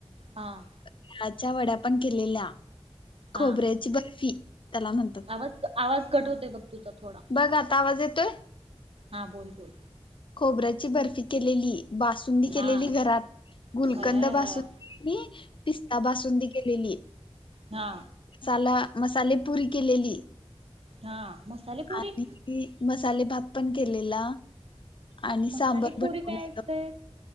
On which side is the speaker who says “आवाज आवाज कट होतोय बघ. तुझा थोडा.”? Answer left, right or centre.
Right